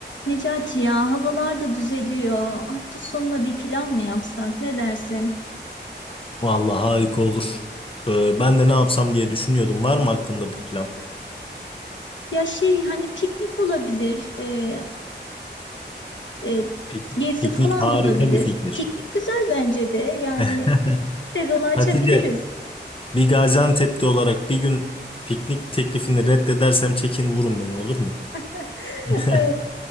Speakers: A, on the left; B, on the left.
A: Necati ya havalar da düzeliyor. Hafta sonuna bir plan mı yapsak? Ne dersin?
B: Vallahi harika olur. Ee, ben de ne yapsam diye düşünüyordum. Var mı aklında bir plan?
A: Ya şey hani piknik olabilir, e, e,
B: Pik-
A: gezi
B: Piknik
A: falan
B: harika
A: da olabilir.
B: bir fikir.
A: Piknik güzel bence de. Yani
B: <laughs>
A: sezonu açabiliriz.
B: Hatice, bir Gaziantep'te olarak bir gün piknik teklifini reddedersem çekin vurun beni olur mu?
A: <laughs>
B: <laughs>
A: E,